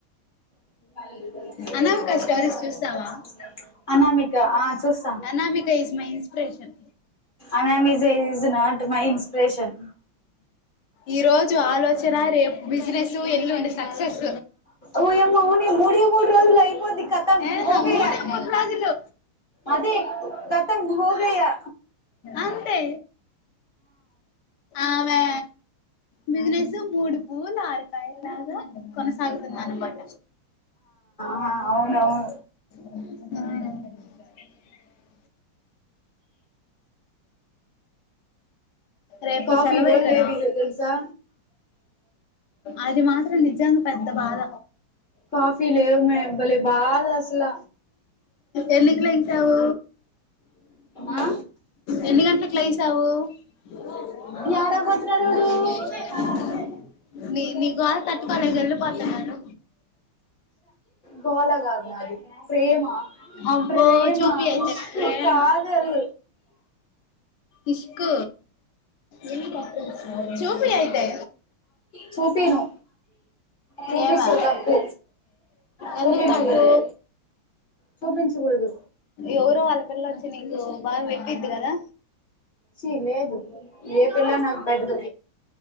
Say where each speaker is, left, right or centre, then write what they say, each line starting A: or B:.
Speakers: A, on the left; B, on the left.
A: <inaudible>
B: అనామక స్టోరీస్ చూస్తావా
A: అనామిక ఆ చూస్తా
B: అనామిక ఈజ్ మై ఇన్స్పిరేషన్
A: అనామీజా ఇస్ నాట్ మై ఇన్స్పిరేషన్
B: ఈ రోజు ఆలోచన రేపు బిజినెస్ ఎల్లుండి సక్సెస్
A: ఓయమ్మా అవునే మూడు మూడు రోజులు అయిపోద్ది కతం
B: ఏ
A: హోగయా
B: మూడే మూడు రోజులు
A: అదే కతం హోగయా
B: అంతే ఆమె బిజినెస్ మూడు పువ్వులు ఆరు కాయల లాగ కొనసాగుతుంది అనమాట
A: ఆ అవునవును
B: మ్ రేపు
A: కాఫీ
B: సెలవే
A: కూడా
B: కదా
A: లేవు ఈరోజు తెలుసా
B: ఆది మా నిజంగా పెద్ద బాధ
A: కాఫీ లేవు మే భలే బాధ అసల
B: ఎ ళ్లికి లేచావు
A: ఆ
B: ఎన్నిగంటలకి లేచావు ఇకా
A: యాడకు పోతున్నాడు వాడు
B: మార్నింగ్ ఏ లెసిన నీ నీ గోల తట్టుకోలేక వెళ్ళిపోతున్నారు
A: గోలగాదు నాది ప్రేమా
B: అబ్బో
A: ప్రేమా
B: చూపి అయితే
A: ఇష్క్
B: ప్రేమ
A: కాదల్
B: ఇష్క్ ఏంటి అట్లా చూస్తున్నావ్ చూపి అయితే
A: చూపిను చూపిస్తే
B: ఏమా
A: తప్పు చూపించకూడదు
B: ఎందుకు తప్పు
A: చూపించకూడదు
B: ఎవరు వాళ్లపిల్ల వచ్చి నీకు బాగా పెట్టిద్ది కదా
A: చి లేదు ఏ పిల్ల నాకు పెట్టదు